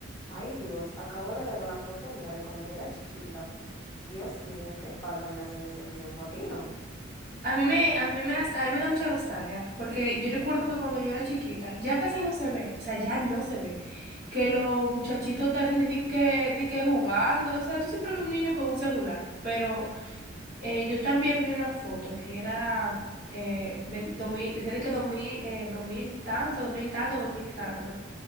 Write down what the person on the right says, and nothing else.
A mí me, a mí me, hace- a mí me da mucha nostalgia, porque yo recuerdo que cuando yo era chiquita, ya casi no se ve, o sea, ya no se ve, que los muchachitos están di que, di que jugando, o sea, tú siempre ves un niño con un celular, pero eh, yo también vi una foto que era, eh, ven- 2000 decía de que 2000 eh, 2000 tanto, 2000 tanto, 2000 tanto,